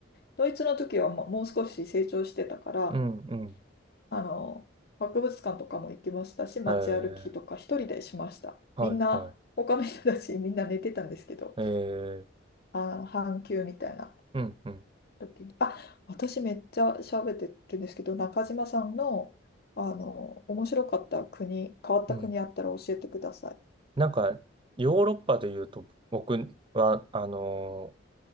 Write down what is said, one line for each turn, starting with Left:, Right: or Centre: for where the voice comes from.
Left: ドイツの時はもうもう少し成長してたから、
Right: うん、うん。
Left: あの、博物館とかも行きましたし、街歩きとか一人でしました。
Right: えー、はい、
Left: みんな、
Right: はい。
Left: 他の人たちみんな寝てたんですけど、
Right: えー、
Left: あの、半休みたいな
Right: うん、うん、
Left: 時に、あ、私めっちゃ喋ってるんですけど、中島さんの、あの、面白かった国、変わった国あったら教えてください。
Right: うん。なんか、ヨーロッパで言うと、僕は、あの